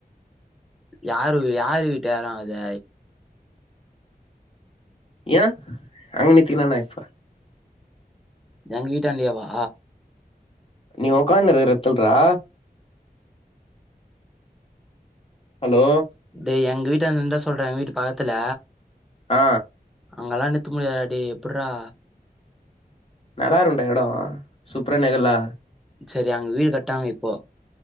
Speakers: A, in the centre; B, on the left.
A: யாரு யாரு வீட்டு யெடோ அது
B: ஏ அங்க நித்திக்குனானா யிப்போ
A: எங்க வீட்டாண்டியேவா
B: நீ ஒக்காந் இருக்க எருத்தல்ரா ஹலோ
A: டேய் எங்க வீட்டான்ட இருந்தா சொல்ற எங்க வீட்டு பக்கத்துல
B: ஆ
A: அங்கல்லா நிறுத்த முடியாதுடா டேய் எப்பர்றா
B: நல்லா இருக்குண்டா எடோ சூப்பர நெகலா
A: சேரி அங்க வீடு கட்டாங்க இப்போ